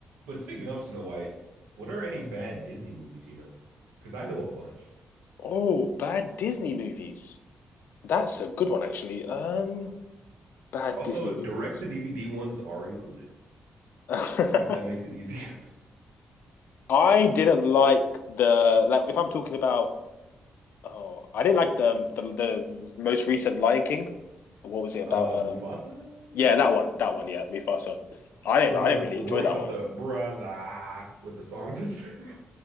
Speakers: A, on the right; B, on the left.
A: But speaking of Snow White, what are any bad Disney movies you know? Because I know a bunch.
B: Oh, bad Disney movies. That's a good one actually. Um, bad
A: Also,
B: Disney movies.
A: direct to DVD ones are included,
B: <laughs>
A: if that makes it easier. <laughs>
B: I didn't like the like if I'm talking about oh I didn't like the um, the the most recent Lion King. what was it about?
A: Uh, Mufasa,
B: Um, yeah,
A: I think
B: that one, that one, yeah, Mufasa. I didn't,
A: the one
B: I
A: of,
B: didn't really enjoy
A: the one
B: that
A: about
B: one.
A: the brother with the songs is. <laughs>